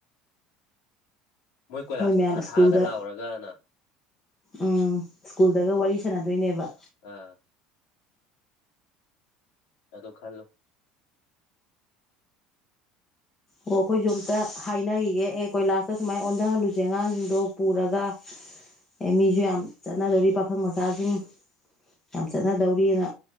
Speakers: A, on the left; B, on the left.
A: ꯀꯣꯏꯂꯥꯁꯇꯣ
B: ꯃꯣꯏ ꯃꯌꯥꯝ
A: ꯊꯥꯊꯥꯒ
B: ꯁ꯭ꯀꯨꯜꯗ
A: ꯂꯥꯎꯔꯒꯅ
B: ꯎꯝ ꯁ꯭ꯀꯨꯜꯗꯒ ꯋꯥꯔꯤ ꯁꯥꯟꯅꯗꯣꯏꯅꯦꯕ
A: ꯑꯥ ꯑꯗꯣ ꯈꯜꯂꯣ
B: ꯑꯣ ꯑꯩꯈꯣꯏꯁꯨ ꯑꯝꯇ ꯍꯥꯏꯅꯈꯤꯒꯦ ꯑꯦ ꯀꯣꯏꯂꯥꯁꯇ ꯁꯨꯃꯥꯏꯅ ꯑꯣꯟꯊꯍꯜꯂꯨꯁꯦ ꯑꯉꯥꯡꯁꯤꯡꯗꯣ ꯄꯨꯔꯒ ꯑꯦ ꯃꯤꯁꯨ ꯌꯥꯝ ꯆꯠꯅꯗꯧꯔꯤ ꯄꯥꯈꯪ ꯃꯆꯥꯁꯤꯡ ꯌꯥꯝ ꯆꯠꯅꯗꯧꯔꯤꯑꯅ